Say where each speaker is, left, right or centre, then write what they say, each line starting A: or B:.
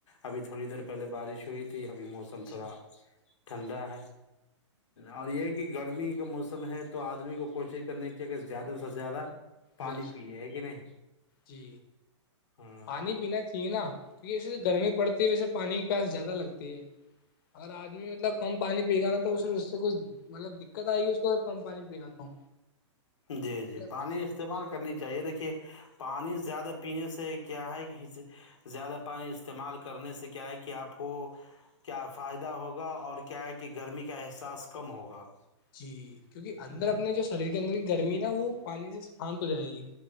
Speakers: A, on the left (about 80°); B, on the left (about 45°).
A: ابھی تھوڑی دیر پہلے بارش ہوئی تھی اب بھی موسم تھوڑا
B: جی
A: ٹھنڈا ہے اور یہ کہ گرمی کا موسم ہے تو آدمی کو کوشش کرنے کی کہ زیادہ سے زیادہ پانی
B: بے شک
A: پیے ہے کہ نہیں
B: جی
A: ہاں
B: پانی پینا چاہیے نا کیونکہ جیسے گرمی پڑتی ہے ویسے پانی کی پیاس زیادہ لگتی ہے اگر آدمی مطلب کم پانی پی گا تو پھر اس سے کچ مطلب دقت آئے گی کم پانی پی رہا تو
A: جی
B: مطلب
A: جی پانی استعمال کرنی چاہیے دیکھیے پانی زیادہ پینے سے کیا ہے زیادہ پانی استعمال کرنے سے کیا ہے کہ آپ کو کیا فائدہ ہوگا اور کیا ہے کہ گرمی کا احساس کم ہوگا
B: جی کیونکہ اندر اپنے جو شریر کے اندر کی گرمی نا وہ پانی سے شانت ہو جائے گی